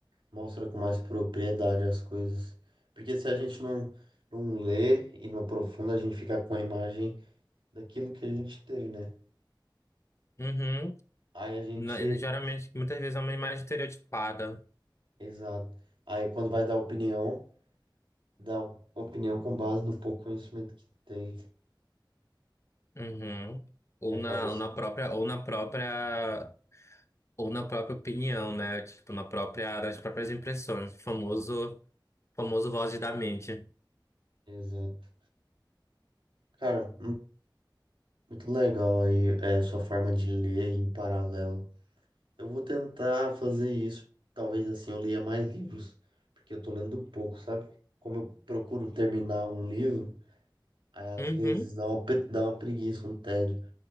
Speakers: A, on the right (about 80°); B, on the left (about 35°).
A: mostra com mais propriedade as coisas. Porque se a gente não, não lê e não aprofunda, a gente fica com a imagem daquilo que a gente teve, né?
B: Uhum.
A: Aí a gente.
B: Na- e geralmente, muitas vezes é uma imagem estereotipada.
A: Exato. Aí quando vai dar opinião, dá opinião com base no pouco conhecimento que tem.
B: Uhum. Ou
A: E acaba
B: na,
A: assim.
B: ou na própria, ou na própria, ou na própria opinião, né? Tipo, na própria, nas próprias impressões. Famoso, famoso vozes da mente.
A: Exato. Cara, Muito legal aí, é, sua forma de ler em paralelo. Eu vou tentar fazer isso. Talvez assim eu leia mais livros, porque eu tô lendo pouco, sabe? Como eu procuro terminar um livro, aí às
B: Uhum.
A: vezes dá uma, pre- dá uma preguiça, um tédio.